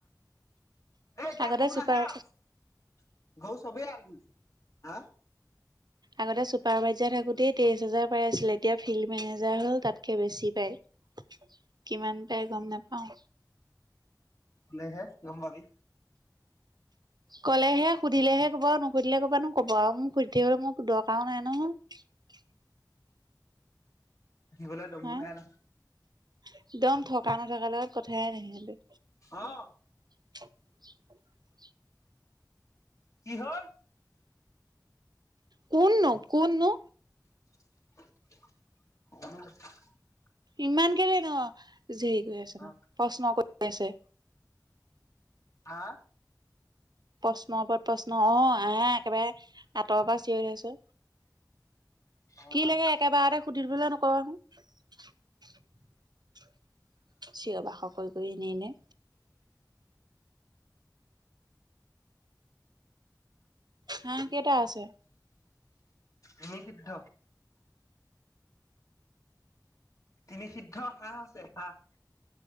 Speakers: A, on the left; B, on the right.
A: এ এতিয়া
B: আগতে
A: ঘৌ
B: চুপাৰ
A: নাহে আৰু ঘৌ চবেই আৰু হা
B: আগতে চুপাৰভাইজাৰ থাকোতেই তেইশ হাজাৰ পাই আছিলে এতিয়া ফিল্ড মেনেজাৰ হ'ল তাতকে বেছি পায় কিমান পাই গম নাপাওঁ
A: নহে লম্বাবি
B: ক'লেহে সুধিলেহে ক'বা আৰু নুসুধিলে ক'বা নো ক'ব আৰু মোক সুধি থাক গলে মোক দৰকাৰ ও নাই নহয়।
A: আহিবলৈ দম‌ও
B: হা
A: নাই নহয়
B: একদম থকা নথকাৰ লগত কথাই নাহিছিলে।
A: অ
B: <unintelligible>
A: কি হ'ল?
B: কোন নো কোন নো
A: উ <unintelligible>
B: ইমান কেনে ন হেৰি কৰি আছে
A: অ
B: ন প্ৰশ্ন কৰি আছে
A: হা
B: প্ৰশ্ন ওপৰত প্ৰশ্ন আহ আহ একেবাৰে আঁতৰৰ পৰা চিঞৰি আছ
A: অ
B: কি লাগে একেবাৰতে সুধিবলৈ নকবা। চিঞ বাখৰ কৰি কৰি ইনে এনে হাহ কেইটা আছে।
A: এনে সিদ্ধ তিনি সিদ্ধ হাঁহ আছে হাঁহ